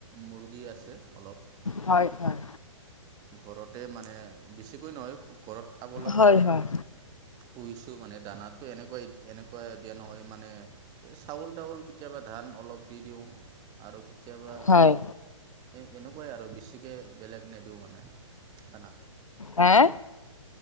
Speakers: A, on the right (about 25°); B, on the left (about 85°).
A: মুৰ্গী আছে অলপ।
B: হয়, হয়।
A: ঘৰতেই মানে, বেছিকৈ নহয়, ঘৰত খাবলৈ
B: হয় হয়
A: পুহিছোঁ মানে, দানাতটো এনেকুৱা, এনেকুৱা দিয়া নহয় মানে চাউল-তাউল কেতিয়াবা ধান অলপ দি দিওঁ। আৰু কেতিয়াবা,
B: হয়
A: এই এনেকুৱাই আৰু, বেছিকৈ বেলেগ নেদ খানা
B: হেঁ